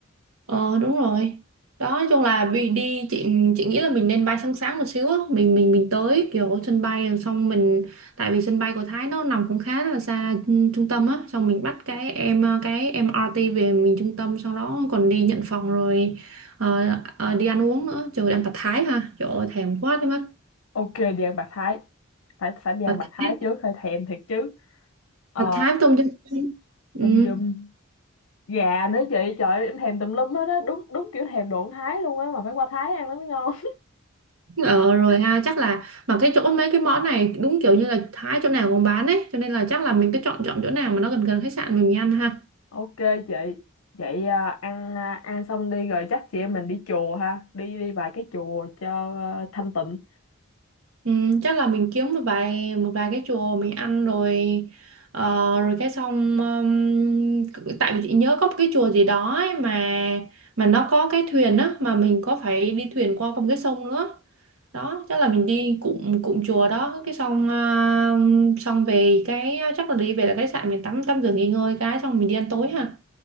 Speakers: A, on the right; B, on the left.
A: Ờ đúng rồi. Đó, nói chung là bị đi chị chị nghĩ là mình nên bay sáng sáng một xíu á, mình mình mình tới kiểu sân bay rồi xong mình tại vì sân bay của Thái nó nằm cũng khá là xa ừ, trung tâm á, xong mình bắt cái em ờ, cái MRT về mình trung tâm sau đó còn đi nhận phòng rồi ờ, ờ, đi ăn uống nữa, trời ơi, ăn tạt Thái ha. Trời ơi thèm quá đi mất.
B: ok đi ăn bạc thái phải phải đi ăn
A: Tạt
B: bạc thái
A: Thái,
B: trước hơi thèm thiệt chứ ờ
A: tạt Thái với tôm chân. Ừ.
B: tôm dùm gà nữa chị trời ơi, em thèm tùm lum hết á đúng đúng kiểu thèm đồ ăn Thái luôn á mà phải qua Thái ăn nó mới ngon
A: Ờ rồi ha chắc là mà cái chỗ mấy cái món này đúng kiểu như là Thái chỗ nào cũng bán ấy cho nên là chắc là mình cứ chọn chọn chỗ nào mà nó gần gần khách sạn mình ăn ha
B: <laughs> ok chị vậy à, ăn à, ăn xong đi rồi chắc chị em mình đi chùa ha đi đi vài cái chùa cho à, thanh tịnh
A: ừ, chắc là mình kiếm một vài một vài cái chùa mình ăn rồi ờ, rồi cái xong ừm, tại vì chị nhớ có một cái chùa gì đó ấy mà mà nó có cái thuyền á mà mình có phải đi thuyền qua con cái sông nữa đó chắc là mình đi cụm cụm chùa đó cái xong ờ, xong về cái chắc là đi về là khách sạn mình tắm tắm rửa nghỉ ngơi cái xong mình đi ăn tối ha